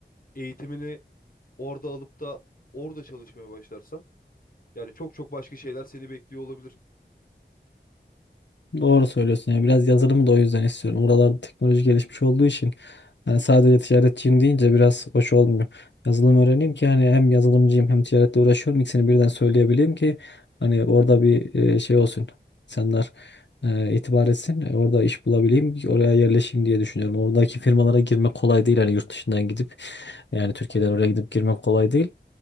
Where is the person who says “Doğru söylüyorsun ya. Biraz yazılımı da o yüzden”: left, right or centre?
Left